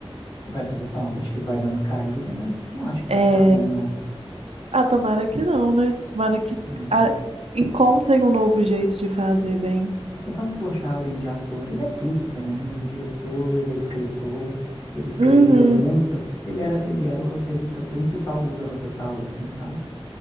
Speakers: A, on the left; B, on the right.
A: vai fazer falta. Acho que vai dar uma caída, mas não acho que vai
B: É...
A: ficar ruim, não.
B: Ah, tomara que não, né? Tomara que
A: Não.
B: ah, encontrem um novo jeito de fazer bem.
A: É, O Fábio Porchat, além de ator, ele é tudo também, né? Ele é diretor, ele é escritor, ele escrevia
B: Uhum.
A: muita. Ele era, ele era o roteirista principal do Zorra Total, assim, sabe?